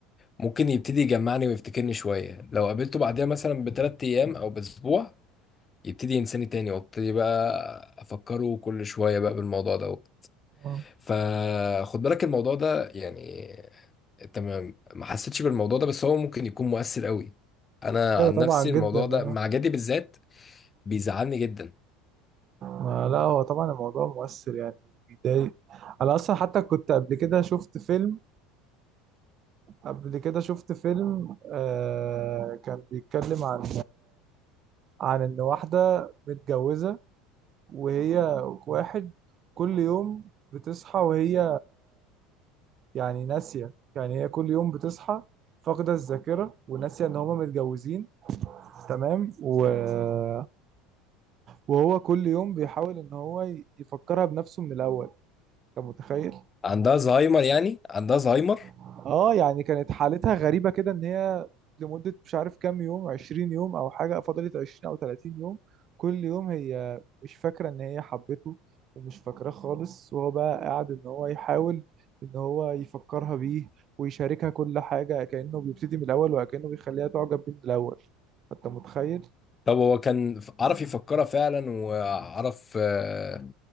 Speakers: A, on the left; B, on the right.
A: ممكن يبتدي يجمعني ويفتكرني شويه لو قابلته بعدها مثلا بثلاث ايام او باسبوع يبتدي ينساني تاني وابتدي بقى افكره كل شويه بقى بالموضوع ده
B: آه.
A: فخد بالك الموضوع ده يعني انت ما ما حسيتش بالموضوع ده بس هو ممكن يكون مؤثر قوي انا
B: ايوه
A: عن
B: طبعا
A: نفسي
B: جدا
A: الموضوع ده
B: آه.
A: مع جدي بالذات بيزعلني جدا
B: ما لا هو طبعا الموضوع مؤثر يعني بيضايق انا اصلا حتى كنت قبل كده شفت فيلم قبل كده شفت فيلم آه كان بيتكلم عن عن ان واحده متجوزه وهي واحد كل يوم بتصحى وهي يعني ناسيه يعني هي كل يوم بتصحى فاقده الذاكره وناسيه ان هما متجوزين تمام و- وهو كل يوم بيحاول ان هو يفكرها بنفسه من الاول انت متخيل
A: عندها زهايمر يعني عندها زهايمر
B: اه يعني كانت حالتها غريبة كده ان هي لمدة مش عارف كام يوم 20 يوم او حاجة فضلت 20 او 30 يوم كل يوم هي مش فاكرة ان هي حبته ومش فاكراه خالص وهو بقى قاعد ان هو يحاول ان هو يفكرها بيه ويشاركها كل حاجة كأنه بيبتدي من الاول وكأنه بيخليها تعجب بيه من الاول انت متخيل
A: طب هو كان عرف يفكرها فعلا وعرف آه،